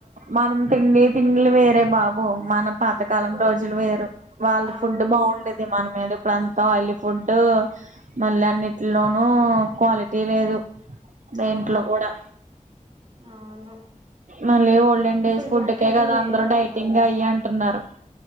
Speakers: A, on the right; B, on the right.
A: మనం తిండి తిండులు వేరే బాబు మన పాతకాలం రోజులు వేరు వాళ్ళ
B: అవును
A: ఫుడ్ బాగుండేది మన మీద అప్పుడ అంతా ఆయిలీ ఫుడ్ మళ్ళీ అన్నిటిలోనూ క్వాలిటీ లేదు దేంట్లో
B: అవును
A: కూడా
B: అవును
A: మళ్ళీ ఓల్డ్ డేస్
B: ఇప్పుడు
A: ఫుడ్కే
B: జనరేషన్
A: కదా అందరుూ
B: వేరే
A: డైటింగ్
B: కదా
A: అయ్య అంటున్నారు